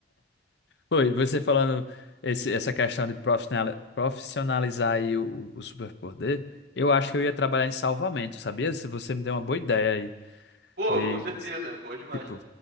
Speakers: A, on the left; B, on the right.
A: Pô, e você falando esse, essa questão de profissionali- profissionalizar aí o, o o superpoder, eu acho que eu ia trabalhar em salvamento, sabia? Se você me deu uma boa ideia aí
B: Pô,
A: de,
B: com certeza, né? Boa demais.
A: tipo,